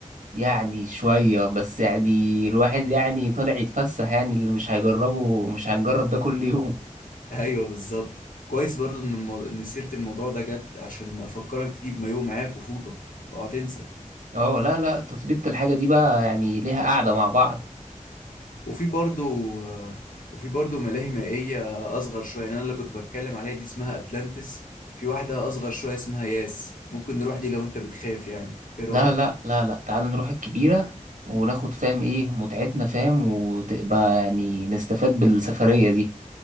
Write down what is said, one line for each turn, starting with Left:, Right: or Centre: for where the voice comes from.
Right: يعني شوية بس يعني الواحد يعني طالع يتفسح يعني اللي مش هيجربه مش هنجرب ده كل يوم
Left: <laughs> أيوه بالظبط كويس برضو إن المو... إن سيرة الموضوع ده جت عشان أفكرك تجيب مايوه معاك وفوطة أوعى تنسى
Right: <laughs> اه لا لا تظبيط الحاجة دي بقى يعني ليها قعدة مع بعض
Left: وفي برضو وفي برضو ملاهي مائية أصغر شوية يعني أنا اللي كنت بتكلم عليها دي اسمها أتلانتس في واحدة أصغر شوية اسمها ياس ممكن نروح دي لو أنت بتخاف يعني إيه رأيك؟
Right: لا لا لا لا تعال نروح الكبيرة وناخد فاهم ايه متعتنا فاهم وتبقى يعني نستفاد بالسفرية دي